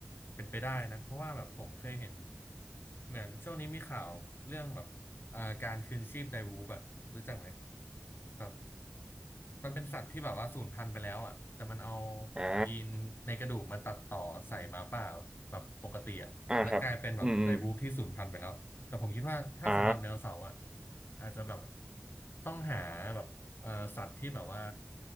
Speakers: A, on the left; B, on the right.
A: เป็นไปได้นะเพราะว่าแบบผมเคยเห็นเหมือนช่วงนี้มีข่าวเรื่องแบบอ่าการคืนชีพไดวูฟอะรู้จักไหม แบบมันเป็นสัตว์ที่แบบว่าสูญพันธุ์ไปแล้วอ่ะแต่มันเอา
B: อ่า
A: ยีนในกระดูกมาตัดต่อใส่หมาป่าแบบปกติอ่ะแล้วกลายเป็นแบบไดบูฟที่สูญพันธุ์ไปแล้วแต่ผมคิดว่าถ้าสำหรับไดโนเสาร์อ่ะ
B: อ่าครับอืมอืมอ่า
A: อาจจะแบบต้องหาแบบเอ่อสัตว์ที่แบบว่า